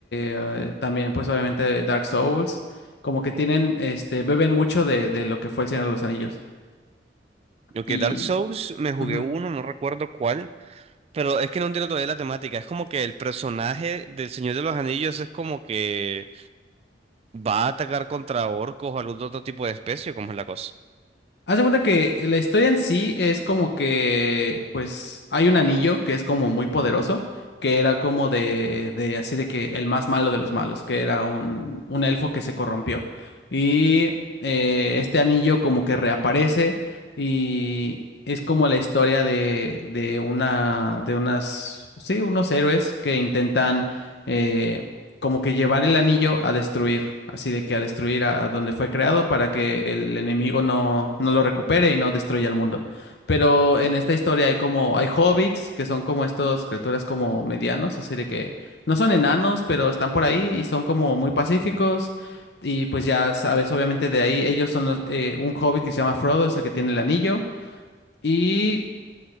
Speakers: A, on the left; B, on the right.
A: eh, también pues obviamente Dark Souls, como que tienen, este, beben mucho de, de lo que fue el Señor de los Anillos.
B: Ok,
A: Y...
B: Dark Souls, me jugué
A: ujú.
B: uno, no recuerdo cuál, pero es que no entiendo todavía la temática. Es como que el personaje del Señor de los Anillos es como que va a atacar contra orcos o algún otro tipo de especie, ¿cómo es la cosa?
A: Haz de cuenta que la historia en sí es como que, pues, hay un anillo que es como muy poderoso, que era como de, de así de que el más malo de los malos, que era un, un elfo que se corrompió. Y eh, este anillo como que reaparece y es como la historia de, de una, de unas, sí, unos héroes que intentan, eh, como que llevar el anillo a destruir, así de que a destruir a, a donde fue creado para que el enemigo no, no lo recupere y no destruya el mundo. Pero en esta historia hay como, hay hobbits, que son como estos criaturas como medianos, así de que no son enanos, pero están por ahí y son como muy pacíficos. Y pues ya sabes, obviamente de ahí ellos son los, eh, un hobbit que se llama Frodo, es el que tiene el anillo. Y